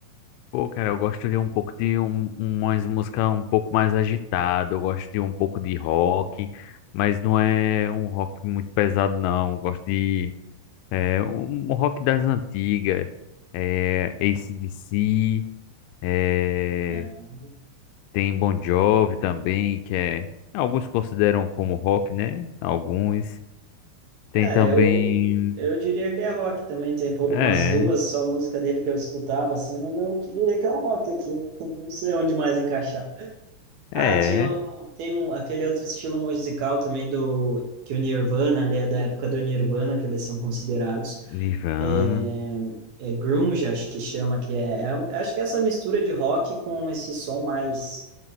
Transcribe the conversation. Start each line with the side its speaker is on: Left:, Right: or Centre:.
Left: Pô, cara, eu gosto de um pouco de um, umas músicas um pouco mais agitada, eu gosto de um pouco de rock, mas não é um rock muito pesado, não. Eu gosto de é, um rock das antigas, é, AC/DC, é,
Right: É,
Left: tem Bon Jovi também, que é. Alguns consideram como rock, né? Alguns. Tem
Right: É,
Left: também.
Right: eu, eu diria que é rock também. Tem pou-
Left: É,
Right: umas duas só música dele que eu escutava assim, mas eu diria que é um rock aqui. Eu não sei onde mais encaixar. Ah,
Left: é.
Right: tinha, o- tem um, aquele outro estilo musical também do que o Nirvana, né, da época do Nirvana, que eles são considerados.
Left: Nirvana.
Right: é é grunge, acho que chama, que é, é- um, acho que é essa mistura de rock com esse som mais,